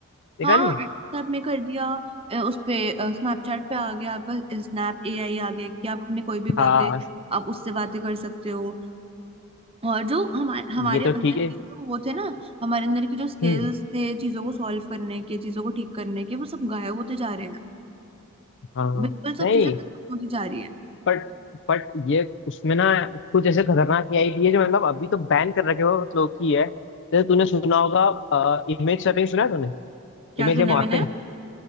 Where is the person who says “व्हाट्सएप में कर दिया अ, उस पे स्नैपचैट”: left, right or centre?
Right